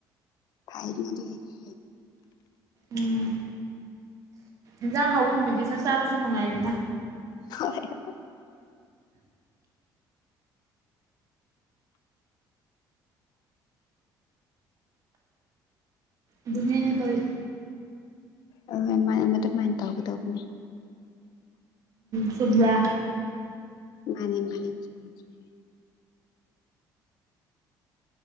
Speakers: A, on the left; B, on the right.
A: ꯐꯥꯏꯣꯏꯗꯦ
B: ꯎꯝ ꯏꯖꯥꯡ ꯍꯥꯎꯕ ꯅꯨꯃꯤꯠꯠꯇ ꯆꯥ ꯆꯥꯕꯁꯨ ꯅꯨꯡꯉꯥꯏꯗꯅ
A: ꯍꯣꯏ ꯍ
B: ꯑꯗꯨꯅꯌꯥꯅ ꯇꯧꯔꯤ
A: ꯑꯣꯏ ꯑꯗꯨꯃꯥꯏꯅ ꯇꯧꯒꯗꯧꯕꯅꯤ
B: ꯆꯨꯝ꯭ꯔꯥ
A: ꯃꯥꯅꯤ ꯃꯥꯅꯤ ꯆꯨꯝꯃꯦ ꯆꯨꯝꯃꯦ